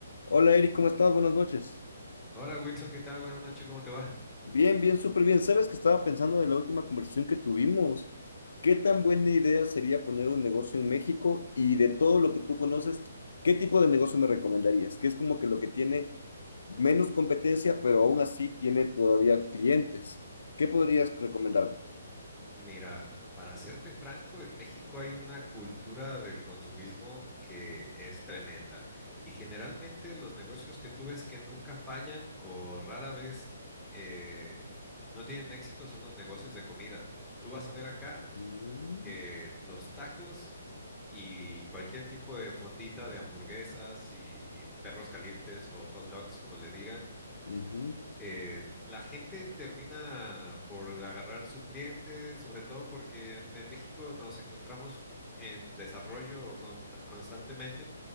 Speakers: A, on the left; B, in the centre.
A: Hola Eric, ¿cómo estás? Buenas noches.
B: Hola Wilson, ¿qué tal? Buenas noches, ¿cómo te va?
A: Bien, bien, súper bien. ¿Sabes que estaba pensando de la última conversación que tuvimos? ¿Qué tan buena idea sería poner un negocio en México? Y de todo lo que tú conoces, ¿qué tipo de negocio me recomendarías? Que es como que lo que tiene menos competencia, pero aún así tiene todavía clientes. ¿Qué podrías recomendarme?
B: Mira, para serte franco, en México hay una cultura del consumismo que es tremenda y generalmente los negocios que tú ves que nunca fallan o rara vez eh, no tienen éxito son los negocios de comida. Tú vas a ver acá
A: Mm,
B: que los tacos y cualquier tipo de fondita de hamburguesas y y perros calientes o hot dogs, como le digan
A: ujú,
B: eh, la gente termina por agarrar su cliente, sobre todo porque en México nos encontramos en desarrollo con- constantemente.